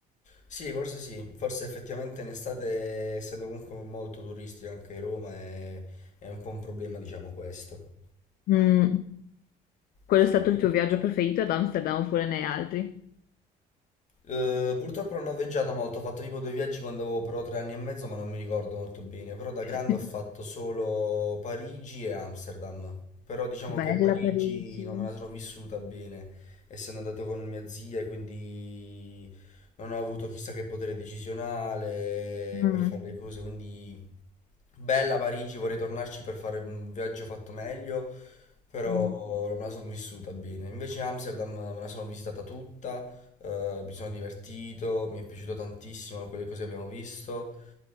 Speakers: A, on the left; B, on the left.
A: Sì, forse sì, forse effettivamente in estate, essendo comunque molto turistico anche Roma, è, è un po' un problema, diciamo questo.
B: Mm, Quello
A: Sì.
B: è stato il tuo viaggio preferito ad Amsterdam oppure ne hai altri?
A: Eh, purtroppo non ho viaggiato molto, ho fatto tipo due viaggi quando avevo però tre anni e mezzo, ma non mi ricordo molto bene. Però da
B: <laughs>
A: grande ho fatto solo Parigi e Amsterdam. Però diciamo
B: Bella
A: che Parigi
B: Parigi.
A: non me la sono vissuta bene, essendo andato con mia zia e quindi non ho avuto chissà che potere decisionale
B: Mm.
A: per fare le cose, quindi bella Parigi, vorrei tornarci per fare un viaggio fatto meglio, però
B: Mm.
A: non me la sono vissuta bene. Invece Amsterdam me la sono visitata tutta eh, mi sono divertito, mi è piaciuto tantissimo quelle cose che abbiamo visto.